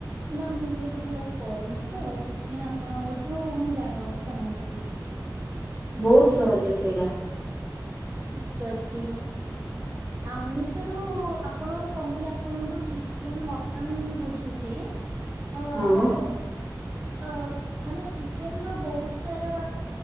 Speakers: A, on the right; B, on the left.
A: ନା ମୁଁ କେବେ ସେଟା କରିନି ତ ସେଥିପାଇଁ ଆପଣଙ୍କଠୁ ମୁଁ ଜାଣିବାକୁ ଚାହୁଁଥିଲି।
B: ବହୁତ ସହଜ ସେଇଟା।
A: ଠିକ ଅଛି। ଆମିଷରୁ ଆପଣ କହିଲେ ଆପଣଙ୍କୁ ଚିକେନ ମଟନ ବୁଝୁଚି ଅ
B: ହଁ
A: ତ ଅ ମାନେ ଚିକେନ ର ବହୁତ ସାରା